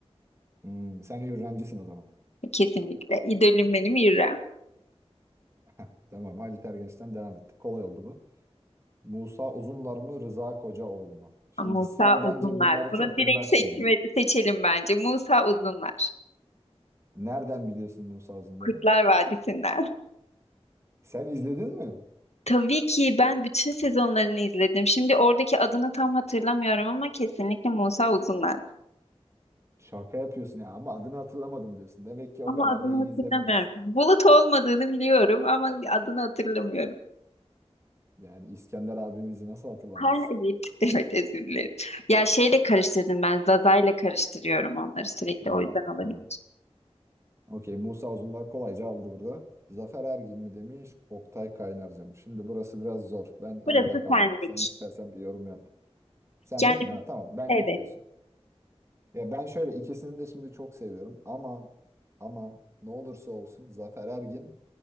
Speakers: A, on the right; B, on the left.
A: Hmm, sen Hürremcisin o zaman.
B: E, Kesinlikle. İdolüm benim Hürrem.
A: <laughs> Tamam Halit Ergenç'ten devam ettik. Kolay oldu bu. Musa Uzunlar mı Rıza Kocaoğlu mu? Şimdi
B: Musa
A: sen
B: Uzunlar.
A: bence bunları
B: Bunu
A: çok
B: direkt
A: bilmezsin
B: seçme,
A: gibi.
B: seçelim bence. Musa Uzunlar.
A: Nereden biliyorsun Musa Uzunlar'ı?
B: Kurtlar Vadisi'nden.
A: Sen izledin mi?
B: Tabii ki ben bütün sezonlarını izledim. Şimdi oradaki adını tam hatırlamıyorum ama kesinlikle Musa Uzunlar.
A: Şaka yapıyorsun ya ama adını hatırlamadım diyorsun. Demek ki
B: Ama
A: o kadar
B: adını
A: da iyi
B: hatırlamıyorum.
A: izlememişsin.
B: Bulut olmadığını biliyorum ama adını hatırlamıyorum.
A: Yani İskender abimizi nasıl hatırlamazsın?
B: Ha evet, <laughs> evet özür dilerim. Ya şeyle karıştırdım ben, Zaza'yla karıştırıyorum onları sürekli
A: Ha,
B: o yüzden olabilir.
A: tamam. Okey Musa Uzunlar kolayca aldı burada. Zafer Ergin mi demiş, Oktay Kaynarca mı? Şimdi burası biraz zor. Ben arada
B: Burası
A: kaldım.
B: senlik.
A: Sen istersen bir yorum yap. Senlik
B: Yani
A: mi? Ha, tamam benlik
B: evet,
A: diyorsun. Ya ben şöyle ikisini de şimdi çok seviyorum ama ama ne olursa olsun Zafer Ergin